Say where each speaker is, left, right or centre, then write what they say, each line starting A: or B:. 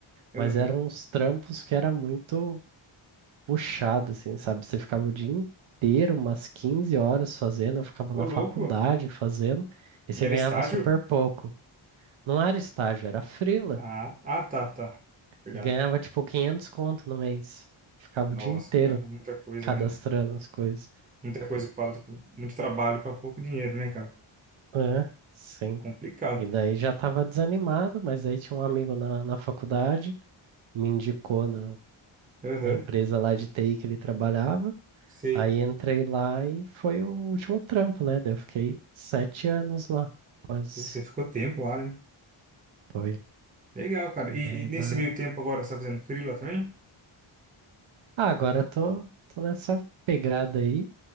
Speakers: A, on the right (about 15°); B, on the right (about 70°).
A: Aham.
B: mas eram uns trampos que era muito puxado, assim, sabe? Você ficava o dia inteiro, umas 15 horas fazendo, eu ficava
A: Ô,
B: na
A: louco.
B: faculdade fazendo, e você
A: E era
B: ganhava
A: estágio?
B: super pouco. Não era estágio, era frila,
A: Ah, ah, tá, tá. Verdade.
B: e ganhava tipo 500 conto no mês. Ficava
A: Nossa,
B: o dia inteiro
A: cara, muita coisa,
B: cadastrando
A: né?
B: as coisas.
A: Muita coisa que fala, tipo, muito trabalho para pouco dinheiro, né, cara?
B: É, sim.
A: Complicado.
B: E daí já estava desanimado, mas aí tinha um amigo na, na faculdade, me indicou na,
A: Aham,
B: na empresa lá de TI que ele trabalhava.
A: Sei,
B: Aí entrei lá e foi o último trampo, né? Daí eu fiquei sete anos lá, quase.
A: sei. Você ficou tempo lá, né?
B: Foi.
A: Legal, cara.
B: Daí
A: E, e nesse
B: lá.
A: meio tempo agora você tá fazendo free também?
B: Ah, agora eu tô, tô nessa pegada aí.